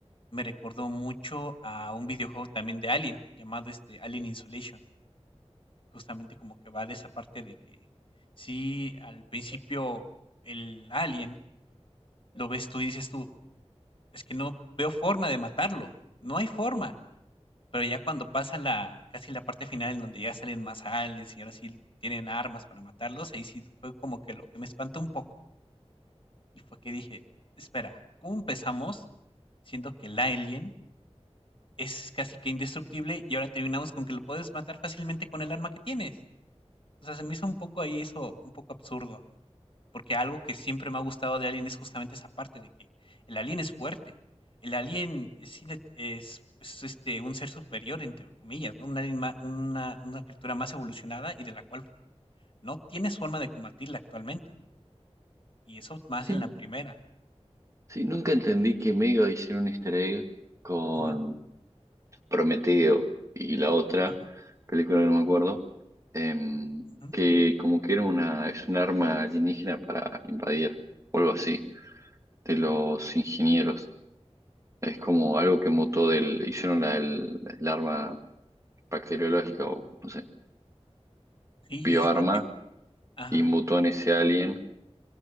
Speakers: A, on the left; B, on the right.
A: me recordó mucho a un videojuego también de Alien, llamado, este, Alien Isolation. Justamente como que va de esa parte de que sí, al principio el alien lo ves tú y dices tú: "Es que no veo forma de matarlo, no hay forma". Pero ya cuando pasa la casi la parte final en donde ya salen más aliens y ahora sí tienen armas para matarlos, ahí sí fue como que lo que me espantó un poco. Y fue que dije, espera, ¿cómo empezamos siendo que el alien es casi que indestructible y ahora terminamos con que lo puedes matar fácilmente con el arma que tienes? O sea, se me hizo un poco ahí eso, un poco absurdo, porque algo que siempre me ha gustado de Alien es justamente esa parte de que el alien es fuerte, el alien es, inde- es, es, este, un ser superior, entre comillas, ¿no? Un alien ma- una, una criatura más evolucionada y de la cual no tienes forma de combatirla actualmente. Y eso más
B: Sí,
A: en la primera.
B: sí, nunca entendí que Mega hicieron un easter egg con
A: Ujú,
B: Prometeo y la otra
A: ujú,
B: película que no me acuerdo, em,
A: ujú,
B: que como que era una, es un arma alienígena para invadir o algo así. de los
A: ujú.
B: ingenieros. Es como algo que mutó del, hicieron la, el, el arma bacteriológica o no sé,
A: Sí,
B: bioarma
A: es lo que ajá.
B: y mutó en ese alien